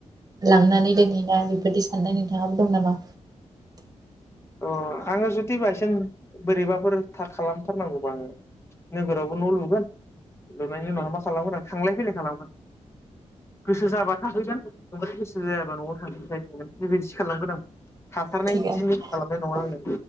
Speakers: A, on the right; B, on the left.
A: लांनानै दोनहैनाय बेफोरदि साननाय नोंथाङाबो दं नामा?
B: अ आङो जुदि बायसान्स बोरैबाफोर थाखालामथारनांगौबा आङो नोगोरावबो न' लुगोन लुनायनि उनाव मा खालामगोन आं थांलाय फैलाय खालामगोन। गोसो जाबा थाहैगोन। बांद्राय गोसो जायाबा न'आव थांगोन थाह थांगोन बेबायदि सि खालामगोन आं। थाथारनाय
A: थिगानो
B: बिदि खालामनाय नङा आङो